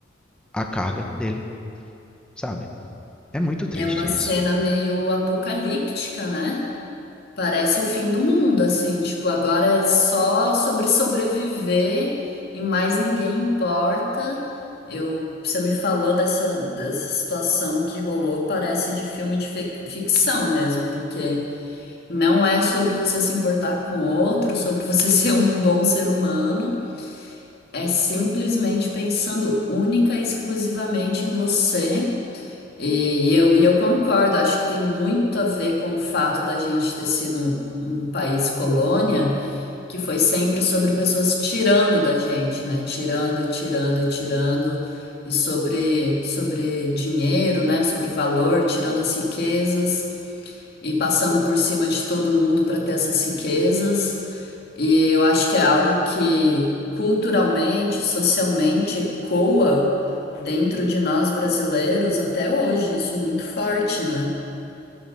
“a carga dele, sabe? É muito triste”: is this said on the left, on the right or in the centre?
Centre